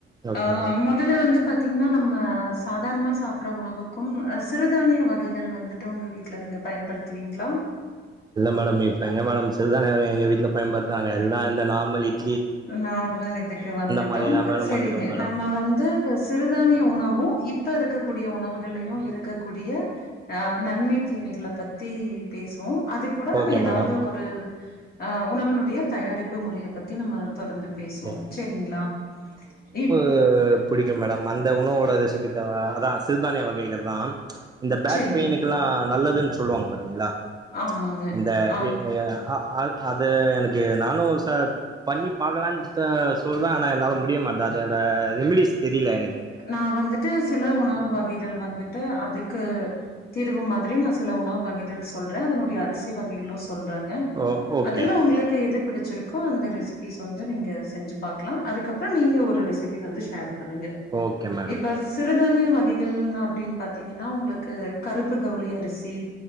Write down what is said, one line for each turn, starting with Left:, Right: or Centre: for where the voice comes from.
Right: ஓகே
Left: அ
Right: மேடம்
Left: முன்னெல்லா வந்து பாத்தீங்கன்னா நம்ம சாதாரணமா சாப்பற உணவுக்கும் சிறுதானிய வகைகள் வந்து ட்டு உங்க வீட்ல நீங்க பயன்படுத்துவீங்ளா
Right: இல்ல மேடம் இப்ப எங்க மேடம் சிறுதானிய வகைகள் எங்க வீட்ல பயன்படுத்துறாங்க எல்லா இந்த நார்மல் இ
Left: நார்மல் இதுக்கு வந்துட்டோ
Right: மாரிதா மேடம்
Left: சரிங்க
Right: வந்துட்டோ மேடம்
Left: நம்ம வந்து சிறுதானிய உணவும் இப்ப இருக்கக்கூடிய உணவுகள்லையு இருக்கக்கூடிய அ நன்மை தீமைகள பத்தி பேசுவோ அது கூட நம்ம
Right: ஓகே
Left: ஏதாவது
Right: மேடம்
Left: ஒரு அ உணவினுடைய தயாரிப்பு முறைய பத்தி நம்ம தொடர்ந்து பேசுவோ
Right: ஓகே
Left: சரிங்ளா இப்
Right: கு புடிக்கும் மேடம் அந்த உணவோட ரெசிபி தா அத்தா சிறுதானிய வகைகள் தான் இந்த பேக்
Left: சரிங்க.
Right: பெயினுக்கெல்லா நல்லதுன்னு சொல்லுவாங்க பாத்தீங்களா
Left: ஆமாங்க.
Right: இந்த
Left: ஆ
Right: எ ஏ அ அ அது எனக்கு நானும் ஒரு சார் பண்ணி பாக்கலான்னுடு சொல்றே ஆனா என்னால முடிய மாட்டேங்குது அதோட ரெமிடிஸ் தெரியல எனக்கு
Left: நா வந்துட்டு சில உணவு வகைகள் வந்துட்டு அதுக்கு தீர்வு மாதிரி நா சில உணவு வகைகள் சொல்றே அதனுடைய அரிசி வகைகளும் சொல்றங்க
Right: ஓ ஓகே
Left: அதுல்லா உங்களுக்கு எது பிடிச்சிருக்கோ அந்த ரெசிபிஸ் வந்து நீங்க செஞ்சு பாக்கலா அதுக்கப்புறோ நீங்க ஒரு ரெசி இது வந்து ஷேர் பண்ணுங்க
Right: ஓகே மேடம்
Left: இப்ப சிறுதானிய வகைகள்னா அப்படின்னு பாத்தீங்கன்னா உங்களுக்கு கருப்பு கவுளி அரிசி